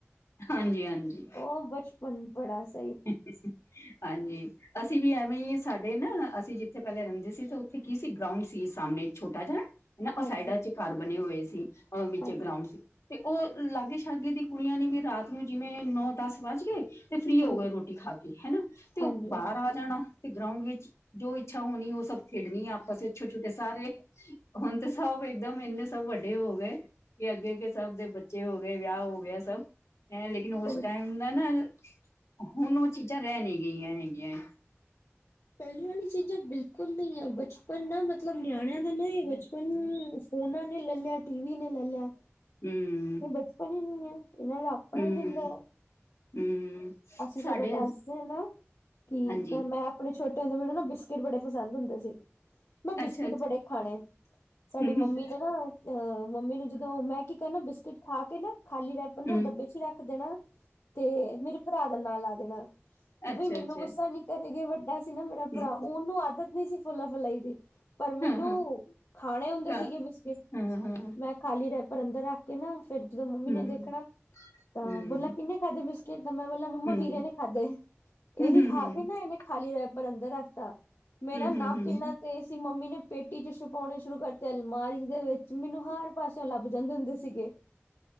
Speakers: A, on the left; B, on the left.
A: ਹਾਂਜੀ-ਹਾਂਜੀ।
B: ਓ ਬੱਚਪਨ ਬੜਾ ਸ
A: <unintelligible> ਹਾਂਜੀ। ਅਸੀ ਵੀ ਐਵੇਂ ਈ, ਸਾਡੇ ਨਾ ਅਸੀ ਜਿੱਥੇ ਪ੍ਹੈਲੇ ਰੈਂਦੇ ਸੀ ਤੇ ਉੱਥੇ ਕੀ ਸੀ, ਗਰਾਊਂਡ ਸੀ ਸਾਮਨੇ ਇਕ ਛੋਟਾ ਜਾ ਨਾ, ਓ
B: ਹਾਂਜੀ
A: ਸਾਈਡਾਂ ਚ ਘਾਰ ਬਨੇ ਹੋਏ ਸੀ, ਅ ਵਿੱਚ
B: ਹਾਂਜੀ,
A: ਗਰਾਉਂਡ ਸੀ। ਤੇ ਓ ਲਾਗੇ-ਸ਼ਾਗੇ ਦੀ ਕੁੜੀਆਂ ਨੇ ਵੀ ਰਾਤ ਨੂੰ ਜਿਵੇਂ, ਨੌ-ਦਾੱਸ ਵੱਜ ਗੇ ਤੇ ਫ੍ਰਰੀ
B: ਹਾਂਜੀ,
A: ਹੋ ਗਏ ਰੋਟੀ ਖਾ ਕੇ, ਹਨਾ ਤੇ ਓ
B: ਹਾਂਜੀ।
A: ਬਾਰ ਆ ਜਾਣਾ। ਤੇ ਗਰਾਊਂਡ ਵਿੱਚ ਜੋ ਇੱਛਾ ਹੋਨੀ ਓ ਸਬ ਖੇਡਨੀ ਆਪਸ ਇੱਚ, ਛੋਟੇ-ਛੋਟੇ ਸਾਰੇ। ਹੁਨ ਤੇ ਸਬ ਏਕਦਮ, ਏੱਨੇ ਸਬ ਵੱਡੇ ਹੋ ਗਏ ਕਿ ਅੱਗੇ-ਅੱਗੇ ਸਬ ਦੇ ਬੱਚੇ ਹੋ ਗਏ, ਵੇਆ ਹੋ ਗੇਆ ਸਬ, ਐਂ ਲੇਕਿਨ ਉਸ
B: ਉਹ
A: ਟਾਈਮ ਦਾ ਨਾ ਅ ਹੁਨ ਓ ਚੀਜਾਂ ਰੈ ਨੀ ਗਈਆਂ ਹੈਗੀਆਂ ਏ।
B: ਪ੍ਹੈਲੇ ਵਾਲੀ ਚੀਜਾਂ ਬਿਲਕੁਲ ਨਈ ਐ, ਬੱਚਪਨ ਨਾ ਮਤਲਬ ਨਿਆਣੇਆਂ ਦਾ ਨਈ ਬੱਚਪਨ ਫੋਨਾਂ ਨੇ ਲੈ ਲੇਆ, ਟੀਵੀ ਨੇ ਲੈ ਲੇਆ।
A: ਹੂੰ,
B: ਏ ਬੱਚਪਨ ਈ ਨੀ ਏ, ਏਨਾਂ ਦਾ ਆਪਣਾ
A: ਹੂੰ,
B: ਈ ਦਿੰਦੈ।
A: ਹੂੰ।
B: ਅਸੀ ਸਗੋਂ
A: ਸਾਡੇ
B: ਦਾੱਸਦੇ ਨਾ ਕਿ
A: ਹਾਂਜੀ
B: ਤਾ ਮੈਂ ਆ ਓਨੂ ਛੋਟੇ ਹੁੰਦੇ ਮੈਨੂੰ ਨਾ, ਬਿਸਕਿਟ ਬੜੇ ਪਸੰਦ ਹੁੰਦੇ ਸੀ। ਮੈਂ ਬਿਸਕਿਟ
A: ਅੱਛਾ ਅੱਛਾ
B: ਬੜੇ ਖਾਣੇ, ਸਾਡੀ
A: ਹੂੰ
B: ਮੰਮੀ
A: ਹੂੰ
B: ਨੇ ਨਾ ਅ ਮੰਮੀ ਨੂੰ ਜਦੋਂ, ਮੈਂ ਕੀ ਕਰਨਾ ਬਿਸਕਿਟ ਖਾ ਕੇ ਨਾ ਖਾਲੀ ਰੈਪਰ ਨਾ
A: ਹੂੰ
B: ਡੱਬੇ ਚ ਈ ਰਾੱਖ ਦੇਨਾ ਤੇ ਮੇਰੇ ਭਰਾ ਦਾ ਨਾਂ ਲਾ ਦੇਣਾ, ਕਿ
A: ਅੱਛਾ
B: ਬਈ ਮੈਨੂੰ
A: ਅੱਛਾ
B: ਗੁੱਸਾ ਨੀ ਕਰੇਗੀ ਬਟ ਵੈਸੇ ਨਾ ਮੇਰਾ
A: ਹੂੰ,
B: ਭਰਾ ਓਨੂੰ ਆਦਤ ਨੀ ਸੀ ਫੋਲਾ ਫਲਾਈ ਦੀ ਪਰ ਮੈਨੂੰ
A: ਹਾਂ ਹਾਂ
B: ਖਾਣੇ ਹੁੰਦੇ
A: ਘਰ,
B: ਸੀਗੇ ਬਿਸਕਿਟ
A: ਹਾਂ ਹਾਂ
B: ਮੈਂ ਖਾਲੀ ਰੈਪਰ ਅੰਦਰ ਰਾ ਕੇ ਨਾ, ਫਿਰ ਜਦੋਂ ਮੰਮੀ
A: ਹੂੰ
B: ਨੇ ਦੇਖਣਾ,
A: ਹੂੰ
B: ਤਾਂ
A: ਹੂੰ
B: ਬੋਲਨਾ ਕਿੰਨੇ ਖਾੱਦੇ ਬਿਸਕਿਟ? ਮੈਂ ਬੋਲਨਾ ਮੰਮਾ
A: ਹੂੰ
B: ਵੀਰੇ ਨੇ ਖਾੱਦੇ,
A: ਹੂੰ
B: ਏਹੀ
A: ਹੂੰ
B: ਖਾ
A: ਹੂੰ,
B: ਕੇ ਨਾ ਏਨੇ ਖਾਲੀ ਰੈਪਰ ਅੰਦਰ ਰਾੱਖਤਾ। ਮੇਰਾ ਨਾੱਕ
A: ਹੂੰ, ਹੂੰ,
B: ਇੰਨਾ ਤੇਜ ਸੀ, ਮੰਮੀ ਨੇ ਪੇਟੀ ਚ ਸੁ ਪੋਣੇ ਸ਼ੁਰੂ ਕਰਤੇ ਅਲਮਾਰੀ ਦੇ ਵਿੱਚ, ਮੈਨੂੰ ਹਰ ਪਾਸੇਓਂ ਲਾੱਬ ਜਾਂਦੇ ਹੁੰਦੇ ਸੀਗੇ।